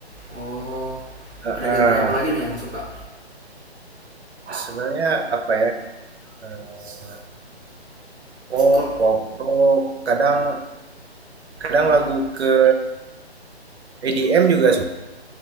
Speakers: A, in the centre; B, on the right (about 75°).
A: oh
B: Ah,
A: ada genre
B: ah.
A: apa lagi nih yang suka
B: sebenarnya apa ya? eh, pop,
A: kok
B: pop rock, kadang kadang
A: hmm.
B: lagu ke EDM juga